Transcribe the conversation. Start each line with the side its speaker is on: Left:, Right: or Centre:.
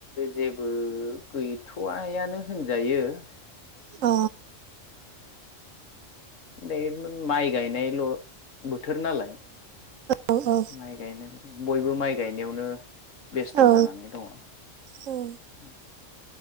Left: जेबो गैथ'या आयानो होनजायो द
Right: अ
Left: नै माइ गायनायल' बोथोर नालाय
Right: औ औ
Left: माइ गायनाय बयबो माइ गायनायावनो बेस्थ'
Right: औ
Left: जानानै दङ' ।
Right: औ